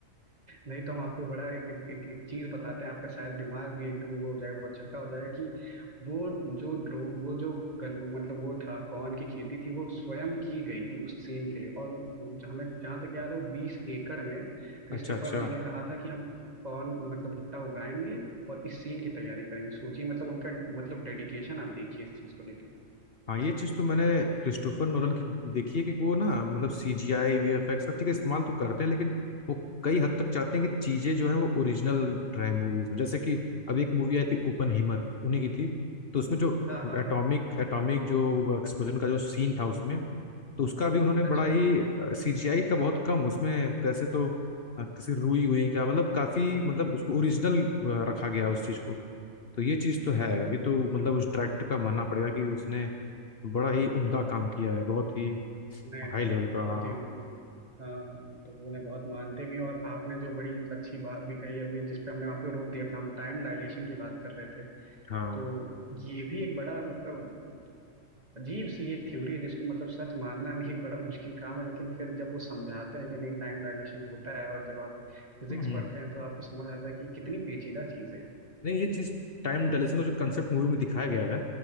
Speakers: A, on the right (about 30°); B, on the left (about 50°).
A: नहीं तो हम आपको बड़ा एक एक, एक, एक चीज बताते हैं आपका शायद दिमाग भी एकदम वो हो जाएगा बहुत चक्का हो जाएगा कि वो जो ड्रो वो जो गन मतलब वो था कॉर्न की खेती थी वो स्वयं की गई थी उस सीन के लिए और वो- जो हमें जहाँ तक याद है वो बीस एकड़ में क्रिस्टोफर
B: अच्छा अच्छा
A: जी ने कहा था कि हम कॉर्न मतलब भुट्टा उगाएंगे और इस सीन की तैयारी करेंगे सोचिए मतलब उनका मतलब डेडिकेशन आप देखिए इस चीज को लेके
B: हाँ ये चीज़ तो मैंने क्रिस्टोफर नोलन की देखी है कि वो ना मतलब C G I V F X का ठीक है इस्तेमाल तो करते हैं लेकिन वो कई हद तक चाहते हैं कि चीज़ें जो हैं वो ओरिजिनल रहे मूवीज में जैसे कि अब एक मूवी आई थी ओपन हीमर उन्हीं की थी तो उसमें जो
A: हाँ हाँ
B: एटॉमिक
A: हाँ
B: एटॉमिक जो एक्सप्लोजन का जो सीन था उसमें तो उसका भी उन्होंने बड़ा
A: अच्छा
B: ही सीजीआई का बहुत कम उसमें कैसे तो अ, किसी रुई हुई का मतलब काफी मतलब उसको ओरिजिनल रखा गया उस चीज को तो ये चीज तो है ये तो मतलब उस डायरेक्टर का मानना पड़ेगा कि उसने बड़ा ही उम्दा काम किया है बहुत ही
A: नहीं नहीं
B: हाई लेवल का
A: बहुत
B: हाँ
A: ही मतलब हाँ तो उन्हें बहुत मानते भी हैं और आपने जो बड़ी अच्छी बात भी कही अभी जिस पे हमने आपको रोक दिया था हम टाइम डायलेशन की बात कर रहे थे
B: हाँ
A: तो ये भी एक बड़ा मतलब अजीब सी एक थ्योरी है जिसको मतलब सच मानना भी एक बड़ा मुश्किल काम है लेकिन फिर जब वो समझाते हैं कि नहीं टाइम डायलेशन होता है और जब आप फिजिक्स
B: हम्म हम्म।
A: पढ़ते हैं तो आपको समझ आता है कि कितनी पेचीदा चीज़ है ये
B: नहीं ये चीज टाइम डायलेशन का जो कंसेप्ट मूवी में दिखाया गया है